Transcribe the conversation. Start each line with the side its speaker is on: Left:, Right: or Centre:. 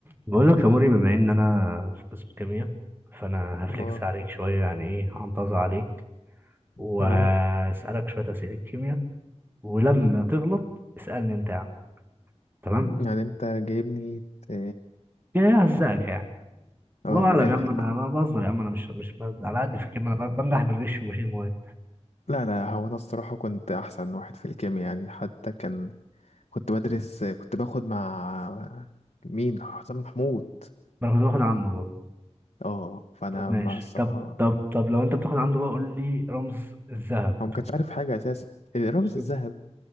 Right: بقول لك يا موري بما ان انا في قسم كيمياء فانا هفلكس
Left: اه
Right: عليك شويه يعني ايه هنتظر عليك وهسالك
Left: تمام
Right: شويه اسئله كيمياء ولما
Left: مم.
Right: تغلط اسالني انت يا عم تمام
Left: يعني انت جايبني ت-
Right: يعني ههزقك يعني
Left: اه
Right: الله
Left: من
Right: اعلم
Left: الاخر
Right: يا عم انا
Left: بقى
Right: انا بهزر يا عم انا مش مش على قد في الكيمياء انا بنجح بالغش وبشيل مواد
Left: لا لا هو انا الصراحة كنت احسن واحد في الكيمياء يعني حتى كان كنت بدرس كنت باخد مع مين حسام محمود
Right: ما انا كنت باخد عنده برضه
Left: اه فانا
Right: طب ماشي
Left: مع الصراحة
Right: طب طب طب لو انت بتاخد عنده بقى قول لي رمز الذهب
Left: هو ما كانش عارف حاجة اساسا الرمز
Right: <laughs>
Left: الذهب